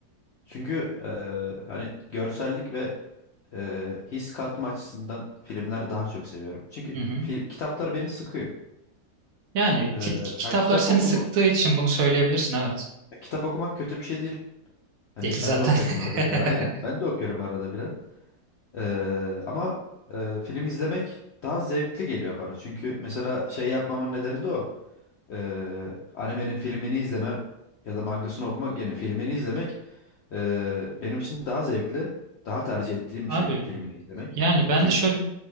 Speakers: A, on the left; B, on the right.
A: Çünkü e, hani görsellik ve e, his katma açısından filmler daha çok seviyorum. Çünkü
B: Hı hı.
A: fil, kitaplar beni sıkıyor.
B: Yani
A: E,
B: fi- kitaplar
A: ha, kitap
B: seni
A: okuma
B: sıktığı için bunu söyleyebilirsin evet.
A: kitap okumak kötü bir şey değil. Hani
B: Değil
A: ben
B: zaten.
A: de okuyorum arada
B: <laughs>
A: filan. Aynen ben de okuyorum arada filan. Eee, ama eee, film izlemek daha zevkli geliyor bana. Çünkü mesela şey yapmamın nedeni de o. Eee animenin filmini izleme ya da mangasını okumak yerine filmini izlemek eee, benim için daha zevkli, daha tercih ettiğim
B: Abi
A: bir şey filmini izlemek.
B: yani ben
A: Çünkü
B: de şöyle